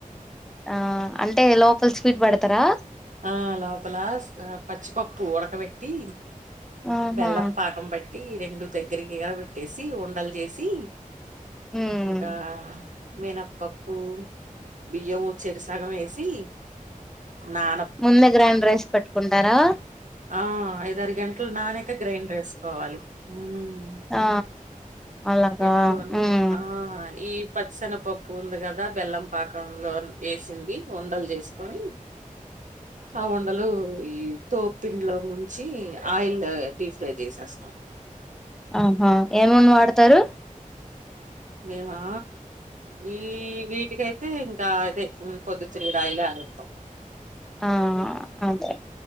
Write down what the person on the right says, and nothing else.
ఆ లోపలస్ పచ్చిపప్పు ఉడకబెట్టి
బెల్లం పాకం బట్ ట్టి రెండు దగ్గరికి గ బెట్టేసి ఉండల్ జేసి
ఇంకా మినపప్పు బియ్యము చేరిసగమేసి నా
ఆ ఐదారు గంటలు నానక గ్రైండ్రెస్కోవాలి మ్మ్
పెట్టుకోని
ఆ ఈ పచ్చిసెనగపప్పు ఉంది గదా బెల్లం పాకంలో ఏసింది ఉండలు జేస్కొని ఆ ఉండలు ఈ తోప్పింన్లో ముంచి ఆయిల్ డీ ఫ్రై చేసేస్తాం
మేమా ఈ వీటికైతే ఇంకా అదే పొద్దుతిరుగుడు ఆయిలే ఆడ్తం